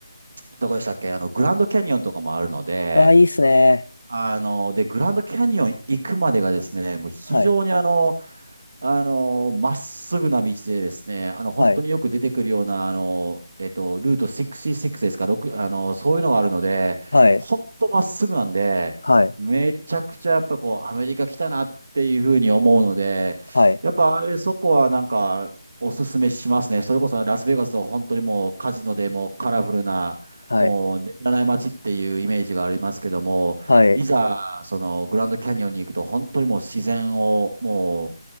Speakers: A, on the right; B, on the left.
A: どこでしたっけ、あの、グランドキャニオンとかもあるので、
B: あー、いいっすね。
A: あの、で、グランドキャニオン行くまでがですね、もう非常にあの、
B: はい。
A: あの、まっすぐな道でですね、あの、本当によく出てくるような、
B: はい。
A: あの、えっと、ルート66ですか、6、あの、そういうのがあるので、
B: はい。
A: 本当まっすぐなんで、
B: はい。
A: めちゃくちゃやっぱこう、アメリカ来たなっていうふうに思うので、
B: はい。
A: やっぱあれそこはなんか、おすすめしますね。それこそラスベガスは本当にもうカジノでもうカラフルな、
B: はい。
A: もう眠らない街っていうイメージがありますけども、
B: はい。
A: いざ、そのグランドキャニオンに行くと、本当にもう自然をもう、